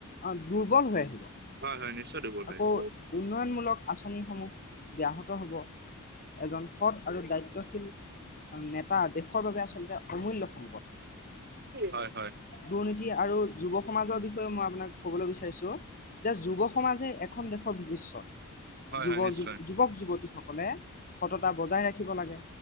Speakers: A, on the left (about 40°); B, on the right (about 45°).
A: অঁ' দুৰ্বল হৈ আহিব,
B: হয়, হয়, নিশ্চয় দুৰ্বল হৈ
A: আকৌ
B: গ'ল।
A: উন্নয়নমূলক- আঁচনিসমূহ ব্যাহত হ'ব, এজন সৎ আৰু দায়িত্বশীল- নেতা দেশৰ বাবে আচলতে অমূল্য সম্পদ।
B: হয়, হয়,
A: দুৰ্নীতি আৰু যুৱ সমাজৰ বিষয়ে মই আপোনাক ক'বলৈ বিচাৰিছোঁ, - যে যুৱ সমাজেই এখন দেশৰ ভৱিষ্যত।
B: হয়,
A: যুৱ
B: হয়, নিশ্চয়,
A: যু যুৱক যুৱতী সকলে সততা বজাই ৰাখিব লাগে।